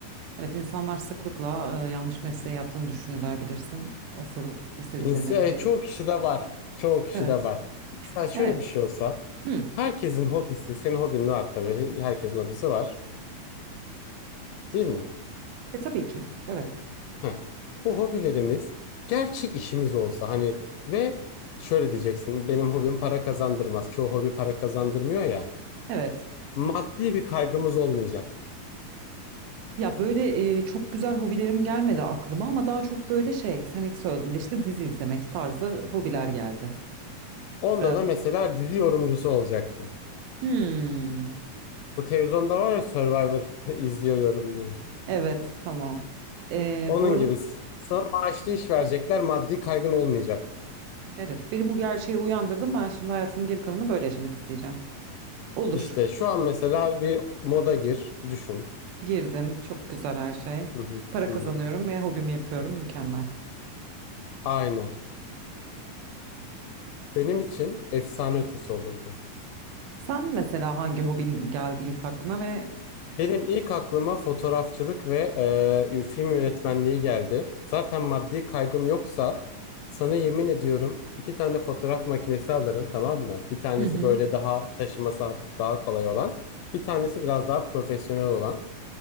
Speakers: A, on the right; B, on the left.
A: evet insanlar sıklıkla e, yanlış mesleği yaptığını düşünürler bilirsin. Asıl istedikleri
B: İns
A: mesleği.
B: e, çoğu kişi de var. Çoğu kişi
A: Evet.
B: de var. Mesela şöyle
A: Evet.
B: bir şey olsa
A: Hı.
B: Herkesin hobisi, senin hobin var tabii. Herkesin hobisi var, değil mi?
A: E tabii ki. Evet.
B: Heh. Bu hobilerimiz gerçek işimiz olsa hani ve şöyle diyeceksin, benim hobim para kazandırmaz. Çoğu hobi para kazandırmıyor ya.
A: Evet.
B: Maddi bir kaygımız olmayacak.
A: Ya böyle e, çok güzel hobilerim gelmedi aklıma ama daha çok böyle şey sen ilk söylediğinde işte dizi izlemek tarzı hobiler geldi.
B: Onda
A: E,
B: da
A: bu-
B: mesela dizi yorumcusu olacaksın.
A: Hmm.
B: Bu televizyonda var ya Survivor <laughs> izliyor, yorumluyor.
A: Evet tamam. E,
B: Onun
A: bu arada
B: gibi s- sana maaşlı iş verecekler, maddi kaygın olmayacak.
A: Evet, beni bu gerçeğe uyandırdım. Ben şimdi hayatımın geri kalanını böyle yaşamak isteyeceğim. Olur.
B: İşte şu an mesela bir moda gir, düşün.
A: Girdim. Çok güzel her şey.
B: Hı hı,
A: Para
B: hı
A: kazanıyorum
B: hı.
A: ve hobimi yapıyorum. Mükemmel.
B: Aynen. Benim için efsane
A: Evet.
B: ötesi olurdu.
A: Sen mesela hangi hobin geldi ilk aklına ve
B: Benim ilk aklıma fotoğrafçılık ve eee, film yönetmenliği geldi. Zaten maddi kaygım yoksa sana yemin ediyorum iki tane fotoğraf makinesi alırım tamam mı? Bir tanesi
A: Hı hı.
B: böyle daha taşıması hafif daha kolay olan. Bir tanesi biraz daha profesyonel olan.